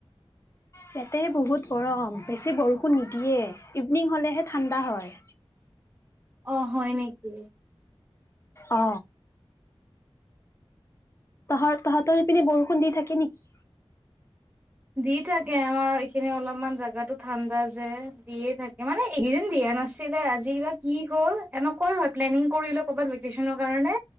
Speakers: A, on the left; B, on the right.
A: ইয়াতে বহুত গৰম বেছি বৰষুণ নিদিয়ে ইভিনিং হলেহে ঠাণ্ডা হয়।
B: অ হয় নেকি?
A: অ তহঁত তহতৰ সেইপিনে বৰষুণ দি থাকে নেকি?
B: দি থাকে অ, আমাৰ এইখিনি অলপমান জেগাতো ঠাণ্ডা যে দিয়ে থাকে মানে এইকেইদিন দিয়া নাছিলে আজি কিবাক কি হ'ল এনেকুৱাই হয় প্লেনিং কৰিলোঁ। কবাত ভেকেচনৰ কাৰণে